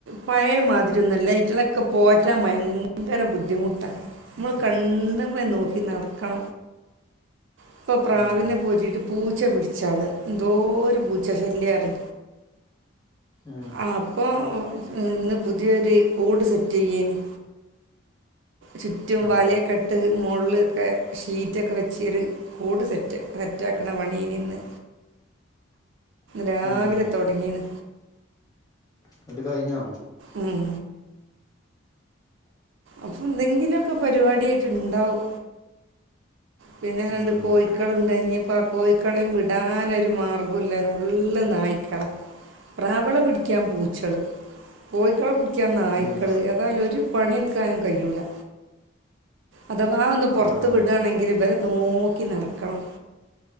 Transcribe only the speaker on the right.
പഴയ മാതിരിയൊന്നൊല്ല ഇയ്റ്റ ളൊക്കെ പോറ്റാൻ ഭയങ്കര ബുദ്ധിമുട്ടാ. നമ്മള് കണ്ണ്മ്മെ നോക്കി നട് അ ഇപ്പൊ പ്രാവിനെ
പോറ്റീട്ട് പൂച്ച പിടിച്ചള് എന്തോരു പൂച്ച ശല്യാരു
ആ അപ്പൊ ഇന്ന് പുതിയൊരു കൂട് സെറ്റെയ്യെനി ചുറ്റും
വലയൊക്കെ ഇട്ട് മോൾലൊക്കെ ഷീറ്റൊക്കെ വെച്ച് ഒരു കൂട് സെറ്റ് സെറ്റാക്കണ പണിയേനിന്ന് രാവിലെ
തൊടങ്ങീണ്
ഉം അപ്പൊ എന്തെങ്കിലൊക്കെ പരിപാടി ആയിട്ട് ണ്ടാവും പിന്നെണ്ട്
കോയിക്കളുണ്ടനീം അപ്പ ആ കോഴിക്കളെം വിടാനൊരു മാർഗ്ഗം ഇല്ല ഫുള്ള് നായ്ക്കളാ പ്രാവളെ പിടിക്കാൻ പൂച്ചള് കോയിക്കളെ പിടി ക്കാൻ നായ്ക്കള്
ഏതാലും ഒരു പണിയെടുക്കാനും കയൂല്ല അഥവാ ഒന്ന് പുറത്ത്
വിടാണെങ്കി ഇവരെ നോക്കി നടക്കണം